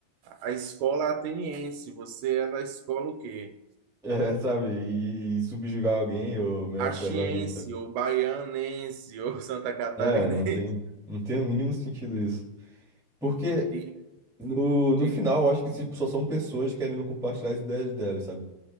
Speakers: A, on the right; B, in the centre.
A: a escola ateniense, você é da escola o quê?
B: É, sabe? E, e subjugar alguém ou menosprezar
A: Caxiense,
B: alguém, sabe?
A: ou baianense, <laughs> ou santa catarinense.
B: É, não tem, não tem o mínimo sentido isso. Porque
A: E,
B: no, no
A: diga.
B: final, eu acho que tipo, só são pessoas querendo compartilhar as ideias delas, sabe?